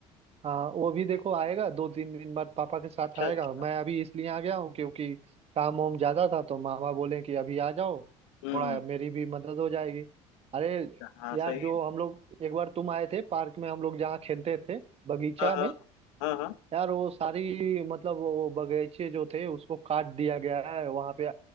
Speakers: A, on the right (about 40°); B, on the left (about 80°).
A: हाँ वो भी देखो आएगा दो तीन दिन बाद पापा के साथ
B: अच्छा
A: आएगा
B: अच्छा
A: मैं अभी इसलिए आ गया हूँ क्योंकि काम वाम ज्यादा था तो मामा बोले कि अभी आ जाओ
B: हम्म
A: थोड़ा मेरी भी मदद हो जाएगी अरे
B: हाँ सही
A: यार जो
B: है
A: हम लोग एक बार तुम आए थे पार्क में हम लोग जहाँ खेलते थे बगीचा
B: हाँ
A: में
B: हाँ हाँ हाँ
A: यार वो सारी मतलब वो बगीचे जो थे उसको काट दिया गया है वहाँ पे